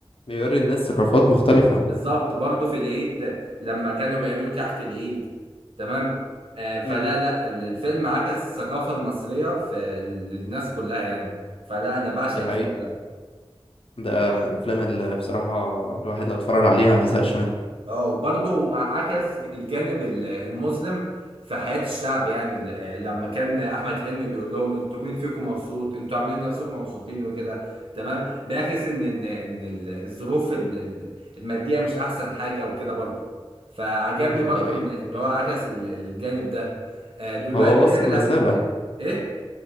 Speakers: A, on the left; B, on the right.
A: بيوري الناس ثقافات مختلفة
B: بالظبط برضو في العيد لما كانوا بيعملوا كحك العيد تمام آه، فلا
A: امم
B: لا ال- الفيلم عكس الثقافة المصرية في ال- للناس كلها يعني فلا انا بعشق
A: دي
B: الفيلم
A: حقيقة
B: ده
A: ده من الافلام اللي بصراحة الواحد لو اتفرج عليها ما بيزهقش منها
B: اه وبرضه عكس الجانب ال- المظلم في حياة الشعب يعني ال- لما كان أحمد حلمي بيقول لهم انتوا مين فيكم مبسوط انتوا عاملين نفسكم مبسوطين وكده تمام بيعكس ان ان ان ال- الظروف ال- ال- المادية مش أحسن حاجة وكده برضه فعجبني
A: مهم.
B: برضه
A: دي حقيقة
B: ان ان هو عكس ال- الجانب ده آه، دلوقتي
A: هو وصل
B: أغلب
A: رسالة
B: ال... إيه؟